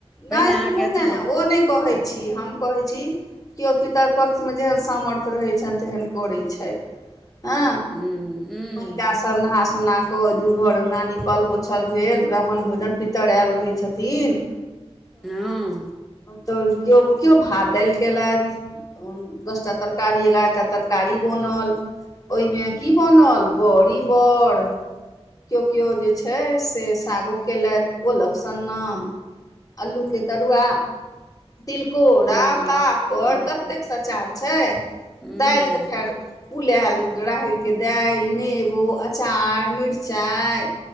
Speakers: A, in the centre; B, on the left.
A: पहिने
B: नहि
A: अहाँके
B: सुनू
A: अथी
B: ने
A: भ
B: ओ नहि कहैत
A: हूँ
B: छी हम कहैत छी केओ पितर पक्ष मे जेहन सामर्थ्य रहै छनि तेहन करै छथि। ने,
A: हूँ
B: महिला स सब नहा सुोन कऽ ओहि दिन घर अंगना निपल पोछल गे ल ब्राह्मण भोजन पितर ऐल रहै छथिन।
A: हुं।
B: तो केओ कओ भात देल केलथ। दसटा तरकारी एगारह टा तरकारी बनल ओहिमे की बनल बॅड़ी बॅड़। केओ केओ जे छै से सागो केलथि ओलक सन्ना अलूके तरुआ तिलकोरा
A: हूँ
B: पापड़
A: हूँ
B: कतेक संचार छै
A: हूँ
B: दालि तऽ खैर उलैल राहरिके दालि नेबो अचार मिरचाइ।